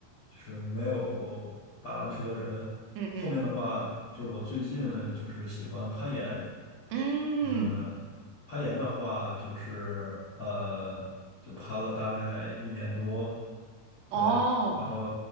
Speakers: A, on the left; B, on the right.
A: 就是没有打篮球的人。
B: 嗯嗯。
A: 后面的话就是我最近就是喜欢攀岩，
B: 嗯，
A: 呃，攀岩的话就是呃就攀了大概一年多，对，
B: 哦，
A: 然后